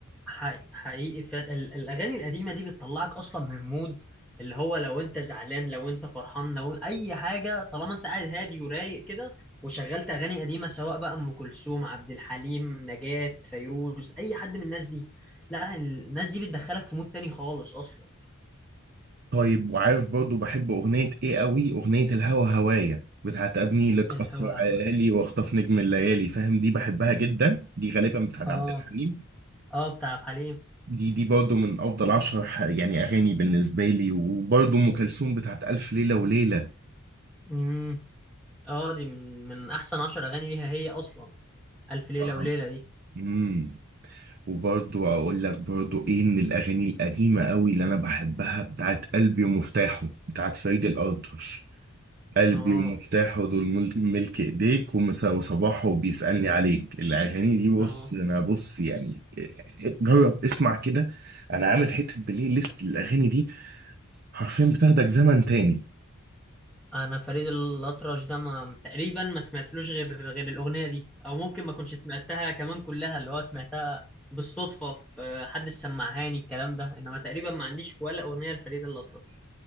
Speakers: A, in the centre; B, on the right.
A: حقيقي حقيقي فعلا ال- الاغاني القديمه دي بتطلعك اصلا من مود اللي هو لو انت زعلان لو انت فرحان لو اي حاجه طالما انت قاعد هادي ورايق كده وشغلت اغاني قديمه سواء بقى ام كلثوم عبد الحليم نجاة فيروز اي حد من الناس دي لا الناس دي بتدخلك في مود تاني خالص اصلا
B: طيب وعارف برضو بحب أغنية إيه قوي أغنية الهوى هوايا بتاعت أبني لك
A: الهوا
B: قصر عالي
A: هوا
B: وأخطف نجم الليالي فاهم دي بحبها جدا دي غالبا بتاعت
A: اه
B: عبد الحليم
A: اه بتاع عبد الحليم
B: دي دي برضو من أفضل عشر ح- يعني أغاني بالنسبة لي وبرضو أم كلثوم بتاعت ألف ليلة وليلة
A: امم اه دي من من احسن عشر اغاني ليها هي اصلا الف ليله
B: آه.
A: وليله دي
B: امم وبرضو أقول لك برضو إيه من الأغاني القديمة قوي اللي أنا بحبها بتاعت قلبي ومفتاحه بتاعت فريد الأطرش قلبي
A: اه
B: ومفتاحه دول مل- ملك ايديك ومسا- وصباحه بيسألني عليك الاغاني دي بص
A: اه
B: انا بص يعني جرب اسمع كده انا عامل حتة بلاي ليست للاغاني دي حرفيا بتاخدك زمن تاني
A: انا فريد الاطرش ده ما تقريبا ما سمعتلوش غير غير الاغنيه دي او ممكن ما كنتش سمعتها كمان كلها اللي هو سمعتها بالصدفه في حد سمعهاني الكلام ده انما تقريبا ما عنديش ولا اغنيه لفريد الاطرش